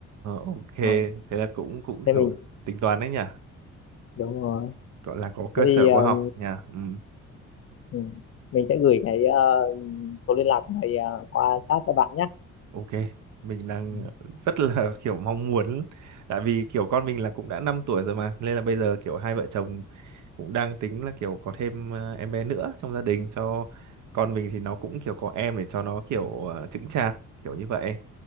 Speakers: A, on the right; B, on the left.
A: ok thế
B: ừ.
A: là cũng cũng
B: thế
A: kiểu
B: mình
A: tính toán đấy nhỉ
B: đúng rồi
A: gọi là có cơ
B: thế
A: sở
B: thì ờ,
A: khoa học nhỉ ừ.
B: ừ, mình sẽ gửi cái ờ, số liên lạc này ờ, qua chat cho bạn nhé
A: ok mình đang
B: Ừ.
A: rất là <laughs> kiểu mong muốn tại vì kiểu con mình là cũng đã 5 tuổi rồi mà nên là bây giờ kiểu hai vợ chồng cũng đang tính là kiểu có thêm ờ, em bé nữa trong gia đình cho con mình thì nó cũng kiểu có em để cho nó kiểu ờ, chững chạc kiểu như vậy